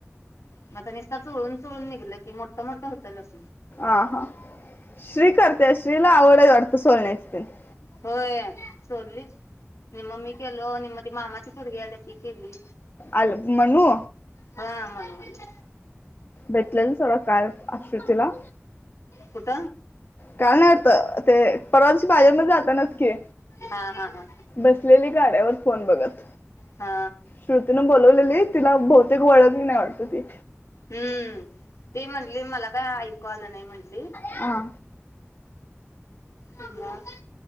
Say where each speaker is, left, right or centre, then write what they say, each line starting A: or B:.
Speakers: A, on the left (about 80°); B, on the left (about 45°).
A: मग निस्ता चोळून चोळून निघलं की मोठं मोठं होतं अस
B: आ हा श्री करते श्री ला आवड आहे वाटत सोलण्याची <inaudible>
A: होय सोडली नि मग मी केलो आणि मग ती मामाची पोरगी आली ती केली
B: अल म्हणू
A: हा म
B: भेटलेल थोडा काय आश्रुतीला
A: कुठ
B: काल न्हवत ते परवाशी बाजर म जातना च की
A: हा हा हा
B: बसलेली गाड्यावर फोन बघत
A: हा
B: श्रुतीनं बोलवलेली तिला बहुतेक वळणही नाही वाटत ती
A: हम्म ते म्हटले मला काय ऐक कॉल नाही म्हटली
B: हा
A: ह